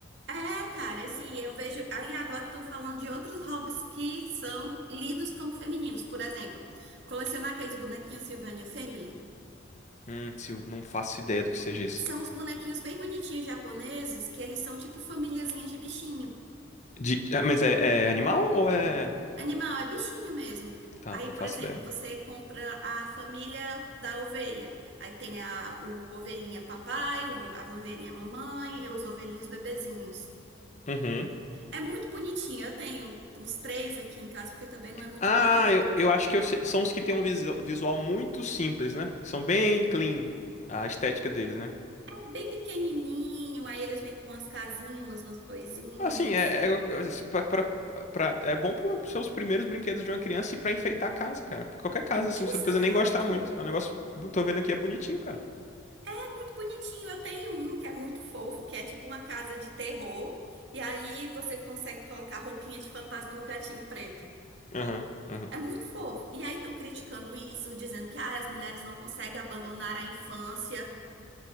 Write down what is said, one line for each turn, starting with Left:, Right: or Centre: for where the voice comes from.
Right: É, cara, assim, eu vejo. Aí agora estão falando de outros hobbies que são lidos como femininos. Por exemplo, colecionar aqueles bonequinhos Sylvania Family.
Left: Hum, se eu- não faço ideia do que seja isso.
Right: São os bonequinhos bem bonitinhos japoneses que eles são tipo famíliazinhas de bichinho.
Left: De- é, mas é, é animal ou é.
Right: Animal é bichinho mesmo.
Left: Tá,
Right: Aí,
Left: não
Right: por
Left: faço
Right: exemplo,
Left: ideia.
Right: você compra a família da ovelha. Aí tem a, o ovelhinha papai, o- a ovelhinha mamãe e os ovelhinhos bebezinhos.
Left: Uhum.
Right: É muito bonitinho. Eu tenho uns três aqui em casa porque também não é muito
Left: Ah,
Right: barato.
Left: eu, eu acho que eu sei- são os que têm um visu- visual muito simples, né? São bem clean a estética deles, né?
Right: É bem pequenininho, aí eles vêm com umas casinhas, umas, umas coisinhas.
Left: Assim, é, é, uma coisa, assim, pra, pra, pra- é bom para seus primeiros brinquedos de uma criança e pra enfeitar a casa, cara. Pra Qualquer casa, assim,
Right: Exato!
Left: você não precisa nem gostar muito. É um negócio, tô vendo aqui, é bonitinho, cara.
Right: É muito bonitinho. Eu tenho um que é muito fofo, que é tipo uma casa de terror. E aí você consegue colocar roupinha de fantasma no gatinho preto.
Left: Aham, aham.
Right: É muito fofo. E aí estão criticando isso, dizendo que ah, as mulheres não conseguem abandonar a infância.